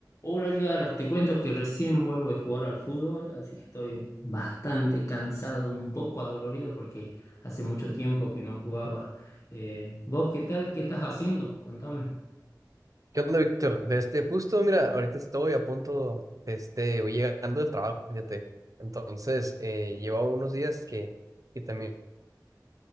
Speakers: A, on the left; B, on the right.
A: Hola Edgar, te cuento que recién vuelvo de jugar al fútbol, así que estoy bastante cansado, un poco adolorido porque hace mucho tiempo que no jugaba. Eh, ¿vos qué tal? ¿Qué estás haciendo? Contame.
B: ¿Qué onda, Víctor? De este, justo, mira, ahorita estoy a punto, de este, voy llegando del trabajo, fíjate. Entonces, eh, llevo unos días que, que también